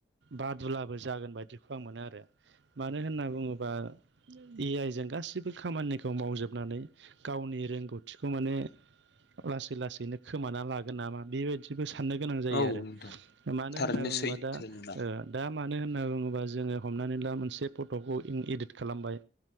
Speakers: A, on the right; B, on the left.
A: बादुलाबो जागोन बायदिखौ आं मोनो आरो। मानो होनना बुङोबा ए आइ जों गासिबो खामानिखौ मावजोबनानै गावनि रोंगौथिखौ माने लासै लासैनो खोमाना लागोन नामा बेबायदिबो साननो गोनां जायो
B: औ
A: आरो।
B: नोंथां
A: मानो
B: थारैनो
A: होनना बुङोबा
B: सैथो
A: दा
B: नोंना
A: ओ दा दा मानो होनना बुङोबा जोङो हमनानै ला मोनसे फट'खौ इं इदिट खालामबाय